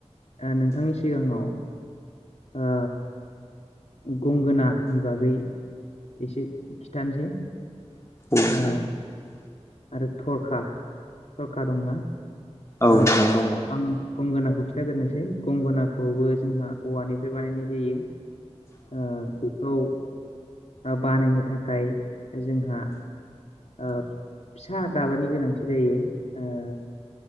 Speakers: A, on the left; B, on the left.
A: ओ नोंथांनि सिगाङाव। ओ। गंगोनानि बागै इसे खिथानोसै।
B: <unintelligible>
A: ओ आरो थरखा थरखा दंना।
B: औ
A: ओ
B: नोंथां दङ।
A: आं गंगोनाखौ खिन्थाग्रोनोसै गंगोनाखौबो जोंहा औवानिफ्राय बानायनाय जायो। ओ बेखौ ओ बानायनो थाखाय जोंहा। ओ फिसा दाबानि गोनांथि जायो। ओ